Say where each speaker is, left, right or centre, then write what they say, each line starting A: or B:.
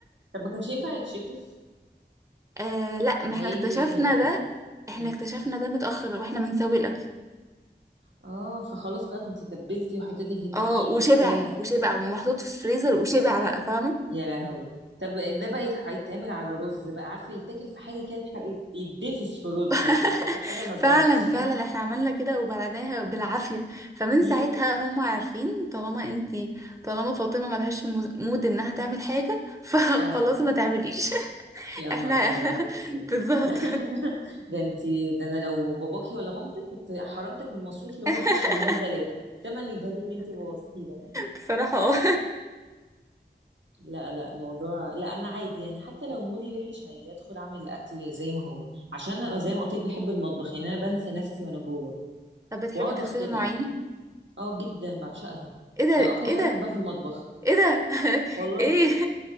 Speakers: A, on the right (about 80°); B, on the right (about 15°).
A: طب ما كانش ينفع يتشتف
B: آه لا ما
A: هيهري
B: احنا اكتشفنا
A: البانيه
B: ده احنا
A: مم.
B: اكتشفنا ده متأخر واحنا بنسوي الأكل
A: اه فخلاص بقى كنت تبلتي وحطيتي في الدقيق
B: اه وشبع
A: وبتاع
B: وشبع ومحطوط في الفريزر وشبع بقى فاهمة
A: يا لهوي طب ده بقى يتح- يتعمل على رز بقى عارفة يتاكل في حاجة كده تح- يتدفس في رز
B: <laughs>
A: يتدفس في حاجة ما
B: فعلا
A: تبانش
B: فعلا احنا عملنا كده وبلعناها بالعافية
A: <laughs>
B: فمن
A: امم
B: ساعتها هم عارفين طالما انتي طالما فاطمة ملهاش مو- مود انها تعمل حاجة <laughs> فخلاص
A: اهو
B: ما تعمليش <laughs>
A: يا نهار
B: احنا
A: ابيض عليك
B: <laughs> بالظبط
A: <laughs> ده انتي ده انا لو باباكي ولا مامتك كنت حرمتك من المصروف لمده
B: <laughs>
A: شهرين ثلاثه تمن البانيه اللي انتي بوظتيه ده
B: بصراحة اه
A: لا لا موضوع لا انا عادي يعني حتى لو مودي وحش عادي ادخل اعمل الاكل زي ما هو عشان انا زي ما قلت لك بحب المطبخ يعني انا بنسى نفسي وانا جوه
B: طب بتحبي
A: واقعد
B: تغسلي
A: اخترع
B: المواعين؟
A: اه جدا بعشقها
B: ايه ده
A: ده اكتر
B: ايه
A: حاجه
B: ده
A: بحبها في المطبخ
B: ايه ده <laughs>
A: والله
B: ايه